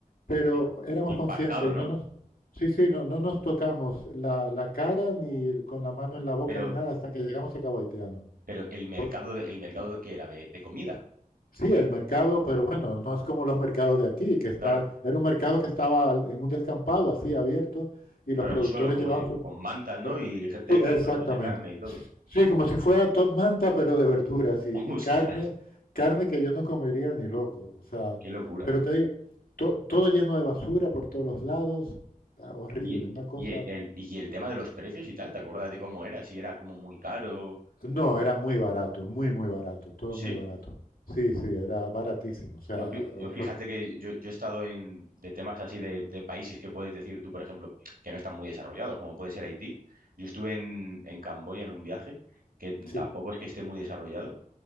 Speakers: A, on the left; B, on the right.
A: pero
B: Sí.
A: éramos
B: Impactado,
A: conscientes y
B: ¿no?
A: no nos, sí, sí, no, no nos tocamos la, la cara ni con la mano en la boca
B: Pero,
A: ni nada hasta que llegamos a Cabo Haitiano.
B: pero el mercado
A: Por-
B: de, el mercado de qué era, de, de comida.
A: sí, el mercado, pero bueno, no es como los mercados de aquí, que está,
B: Claro,
A: era un mercado que estaba al- en un descampado así abierto y los
B: claro,
A: productores
B: en suelo, como
A: llevaban
B: si-
A: sus...
B: con mantas, ¿no?
A: Eh,
B: Y gente
A: Sí,
B: ahí con
A: exactamente.
B: trozos de carne y todo.
A: Sí, como si fuera top manta, pero de verduras y,
B: <laughs>
A: y
B: Ostras,
A: carne, carne que yo no comería ni loco. O sea,
B: qué locura.
A: pero te digo, to- todo lleno de basura por todos los lados, ah, horrible,
B: Y,
A: una cosa.
B: y e, el, y el tema de los precios y tal, ¿te acuerdas de cómo era? Si era como muy caro
A: No,
B: o...
A: era muy barato, muy, muy barato, todo
B: Sí,
A: muy barato. Sí, sí, era baratísimo. O sea,
B: yo, fí-
A: nosotros-
B: yo fíjate que yo, yo he estado en de temas así de, de países que puedes decir tú, por ejemplo, que no están muy desarrollados, como puede ser Haití. Yo estuve en, en Camboya en un viaje que
A: sí.
B: tampoco es que esté muy desarrollado